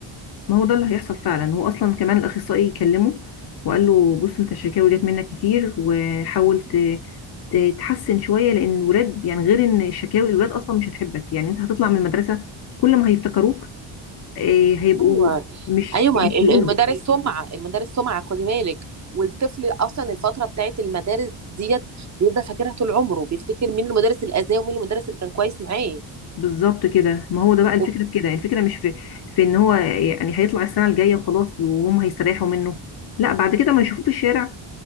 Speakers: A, on the left (about 50°); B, on the right (about 35°).
A: ما هو ده اللي هيحصل فعلا هو اصلا كمان الاخصائي كلمه وقال له بص انت الشكاوي جت منك كتير وحاولت ت- تحسن شويه لان الولاد يعني غير ان شكاوي الولاد اصلا مش هتحبك يعني انت هتطلع من المدرسه كل ما هيفتكروك إيه، هيبقوا
B: ايوه
A: مش
B: ايوه
A: مش
B: ما ال-
A: لاقينك.
B: المدارس <laughs> سمعه المدارس سمعه خدي بالك والطفل اصلا الفتره بتاعت المدارس ديت بيفضل فاكرها طول عمره بيفتكر مين المدرس الاذاه ومين المدرس اللي كان كويس معاه
A: بالظبط كده ما هو ده بقى الفكره
B: وب-
A: في كده الفكره مش في في ان هو يعني هيطلع السنه الجايه وخلاص وهم هيستريحوا منه لا بعد كده ما يشوفوه في الشارع